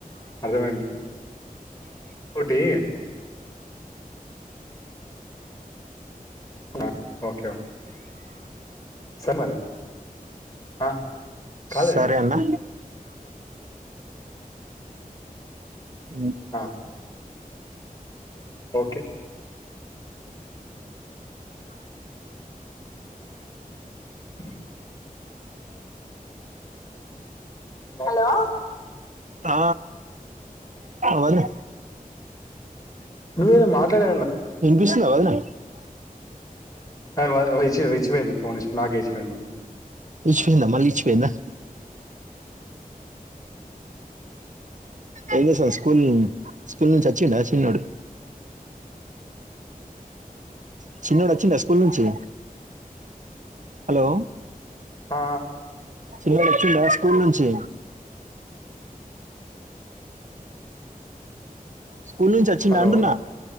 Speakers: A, on the left; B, on the right.
A: అర్థమైంది. ఇంకోటి ఆ ఓకే సరే మరి ఆ కాలేదా
B: సరే
A: ఇంకా?
B: అన్నా మ్
A: ఆ! ఓకే అ హలో
B: ఆ వదిన
A: నువ్వేదో మాట్లాడ
B: వినిపిస్తుందా వదినా
A: ఆ వేచ్ పోయింది ఫోన్ ఇచ్చి నాకే ఇచ్చి పోయింది.
B: ఇచ్చిపోయింద మళ్ళ ఇచ్చపోయిందా ఏం చేసావ్ స్కూల్ స్కూల్ నుంచి వచ్చిండ చిన్నోడు చచిన్నోడు వచ్చిండ స్కూల్ నుంచి హలో
A: ఆ
B: చిన్నోడ్ వచ్చిండా స్కూల్ నుంచి స్కూల్ నుంచి వచ్చిండా
A: హలో!
B: అంటున్నా